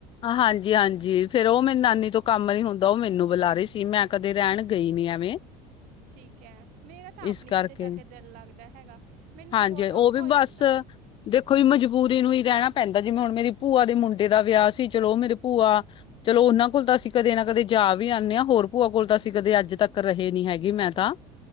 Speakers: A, on the left; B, on the right.
A: ਹਾਂਜੀ- ਹਾਂਜੀ ਫੇਰ ਉਹ ਮੇਰੀ ਨਾਨੀ ਤੋਂ ਕੰਮ ਨੀ ਹੁੰਦਾ ਉਹ ਮੈਨੂੰ ਬੁਲਾ ਰਹੀ ਸੀ ਮੈਂ ਕਦੇ ਰਹਿਣ ਗਈ ਨੀ ਐਵੇਂ
B: ਠੀਕ ਹੈ, ਮੇਰਾ ਤਾਂ ਆਪ
A: ਇਸ
B: ਣੀ
A: ਕਰਕੇ
B: ਕਿਤੇ ਜਾ ਕੇ ਦਿਲ ਲੱਗਦਾ ਹੈਗਾ। ਮੈਨੂੰ
A: ਹਾਂਜੀ
B: ਬਹੁਤ
A: ਉਹ
B: ਔਖਾ
A: ਵੀ
B: ਹੋ ਜਾਂਦਾ।
A: ਬਸ ਦੇਖੋ ਮਜਬੂਰੀ ਨੂੰ ਹੀ ਰਹਿਣਾ ਪੈਂਦਾ ਜਿਵੇਂ ਹੁਣ ਮੇਰੀ ਪੂਆ ਦੇ ਮੁੰਡੇ ਦਾ ਵਿਆਹ ਸੀ ਚਲੋ ਮੇਰੇ ਪੂਆ। ਚਲੋ ਉਹਨਾਂ ਕੋਲ ਤਾਂ ਅਸੀਂ ਕਦੇ ਨਾ ਕਦੇ। ਜਾ ਵੀ ਆਨੇ਼ ਹਾਂ ਹੋਰ ਪੂਆ ਕੋਲ ਤਾਂ ਅਸੀਂ ਕਦੇ ਅੱਜ ਤੱਕ ਰਹੇ ਨੀ ਹੈਗੀ ਮੈਂ ਤਾਂ।